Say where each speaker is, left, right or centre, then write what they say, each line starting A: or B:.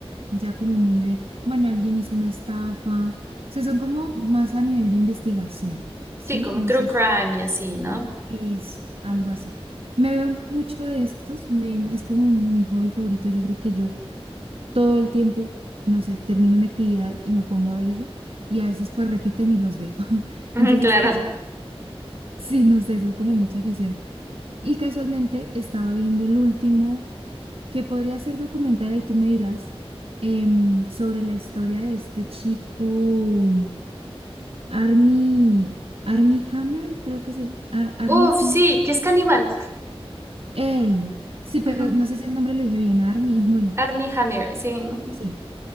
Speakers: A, on the right (about 65°); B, on the right (about 25°).
A: ya como muy de, bueno, alguien hizo una estafa. O sea, son como más a nivel de investigación, ¿sí?
B: Sí, como
A: No
B: true
A: sé.
B: crime
A: si
B: y así, ¿no?
A: eso, algo así. Me veo mucho de estos, me, es como mi hobby favorito. Yo creo que yo todo el tiempo, no sé, termino una actividad y me pongo a ver eso y a veces pues repiten y los veo. <laughs>
B: Ujú,
A: Entonces,
B: Claro.
A: casual, sí, no sé, eso es como mucha afición. Y casualmente estaba viendo el último, que podría ser documental, ahí tú me dirás, em, sobre la historia de este chico, Army, Army Hammer, creo que es el Army
B: Uf, sí,
A: Hammer.
B: que es caníbal.
A: Él, sí, pero
B: Ujú,
A: no sé si el nombre lo dije bien, Army, bueno,
B: Armie Hammer, sí. ujú.
A: sí.